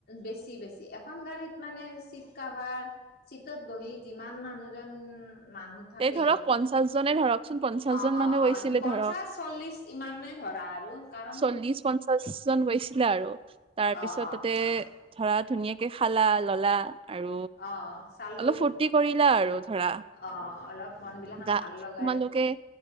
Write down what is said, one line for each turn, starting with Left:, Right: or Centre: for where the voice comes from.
Left: বেছি, বেছি। এখন গাড়ীত মানে চিট কভাৰ চিটত বহি যিমান মানুহজন মানুহ থাকে।
Right: এই ধৰক পঞ্চাশ জনে ধৰকচোন পঞ্চাশ
Left: অহ',
Right: জন মানুহ
Left: অহ',
Right: গৈছিলে
Left: অহ' সি পঞ্চাশ
Right: ধৰক
Left: চল্লিশ ইমানেই ধৰা আৰু। কাৰণ
Right: চল্লিশ পঞ্চাশ জন গৈছিলে আৰু। তাৰ পিছত
Left: অ অ
Right: তাতে
Left: অ
Right: ধৰা ধুনীয়াকে খালা ললা। আৰু
Left: অ চালো
Right: অলপ ফূৰ্তি কৰিলা আৰু ধৰা।
Left: অ অলপ মন বিলাখান
Right: দা
Left: ভাল লগাই
Right: তোমালোকে